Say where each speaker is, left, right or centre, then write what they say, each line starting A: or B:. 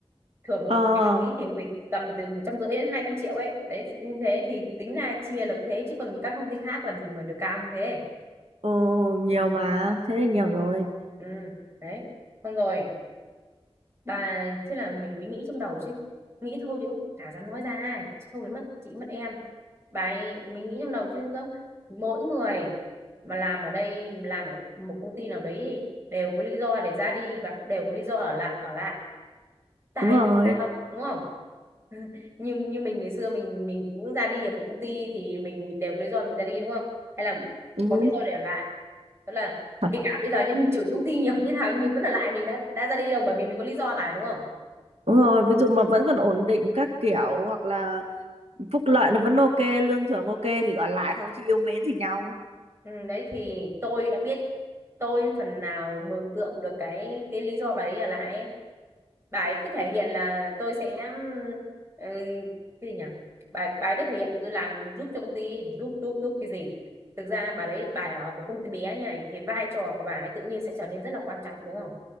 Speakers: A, on the right (about 25°); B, on the right (about 75°).
A: thưởng của
B: Ờ,
A: bà ấy thì cũng phải tầm từ một trăm rưỡi đến hai trăm triệu ấy đấy như thế thì tính ra chia là cũng thế chứ còn các công ty khác làm gì mà được cao như thế
B: ờ, nhiều
A: ừ
B: mà. Thế là nhiều
A: ừ
B: rồi.
A: ừ đấy xong rồi bà thế là mình mới nghĩ trong đầu chứ nghĩ thôi chứ cũng chả dám nói ra ai chứ không đến mất chị mất em bà ấy, mình nghĩ trong đầu chứ không mỗi người mà làm ở đây làm ở một công ty nào đấy thì đều có lý do để ra đi và cũng đều có lý do ở lại ở lại tại
B: Đúng rồi.
A: vì sao đúng không <laughs> như như mình ngày xưa mình mình cũng ra đi ở một công ty thì mình mình đều có lý do mình ra đi đúng không hay là
B: Ừ.
A: có lý do để ở lại tức là
B: Thật.
A: kể cả bây giờ nhá mình chửi công ty nhiều như nào nhưng mình vẫn ở lại mình đã đã ra đi đâu bởi vì mình có lý do mà đúng không
B: Đúng rồi, ví dụ mà vẫn còn ổn định các kiểu hoặc là phúc lợi nó vẫn ok, lương thưởng ok thì gọi lại thôi chứ yêu mến gì nhau.
A: Ừ, đấy thì tôi đã biết tôi phần nào mường tượng được cái cái lý do bà ấy ở lại ấy. bà ấy cứ thể hiện là tôi sẽ ừ, cái gì nhỉ bà, bà ấy cứ thể hiện là tôi làm giúp cho công ty giúp giúp giúp cái gì thực ra bà ấy bà ấy ở một công ty bé như này thì vai trò của bà ấy tự nhiên sẽ trở nên rất là quan trọng đúng không